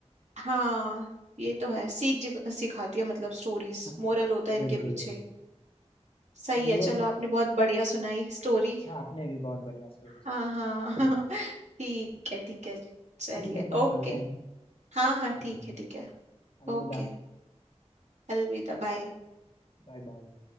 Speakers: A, on the right (about 80°); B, on the left (about 50°).
A: हाँ ये तो है सीख जिग- सिखाती है मतलब स्टोरीज
B: <laughs> हाँ,
A: मोरल होता है
B: बिल्कुल
A: इनके पीछे
B: बिल्कुल
A: सही
B: चलिए
A: है चलो आपने बहुत बढ़िया सुनाई स्टोरी
B: हाँ आपने भी बहुत बढ़िया स्टोरी सुनाई
A: हाँ हाँ <laughs> ठीक है ठीक है चलिए
B: ठीक है फिर
A: ओके
B: चलते हैं
A: हाँ हाँ
B: चलिए
A: ठीक है ठीक है
B: अलविदा
A: ओके अलविदा बाय
B: Bye bye